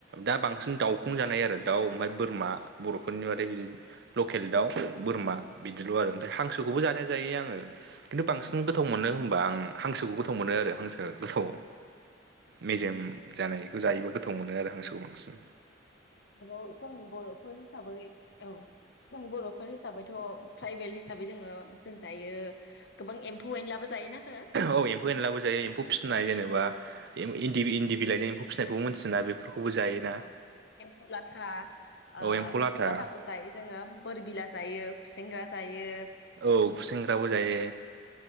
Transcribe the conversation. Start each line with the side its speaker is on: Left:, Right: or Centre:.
Right: दा बांसिन दाउखौ जानाय आरो दाउ ओमफ्राय बोरमा बर'फोरनि बादै बिदिनो लकेल दाउ बोरमा बिदिल' आरो ओमफ्राय हांसोखौबो जानाया जायो आङो खिन्थु बांसिन बोरमा गोथाव मोनो होमबा आं हांसोखौ गोथाव मोनो आरो हांसोआ गोथाव मेजेम जानाय जायोबा गोथाव मोनो आरो हांसोखौ बांसिन
Left: आरो जों बरफोर हिसाबै औ जों बरफोर हिसाबैथ ट्राइबेल हिसाबै जोङो जों जायो गोबां एफौ एनलाबो जायोना जोङो?
Right: औ एम्फौ एनलाबो जायो एम्फौ फिनाय जेनेबा
Left: औ
Right: इन इन्दि इन्दि बिलाइजों एम्फौ फिसिनायखौबो मोन्थियोना बेफोरखौबो जायो।
Left: औ एम्फौ लाथा ओ
Right: औ लाथा
Left: एम्फौ लाथाखौ जायो जोङो बोर बिला जायो, खुसेंग्रा जायो,
Right: औ खुसेंग्राबो जायो।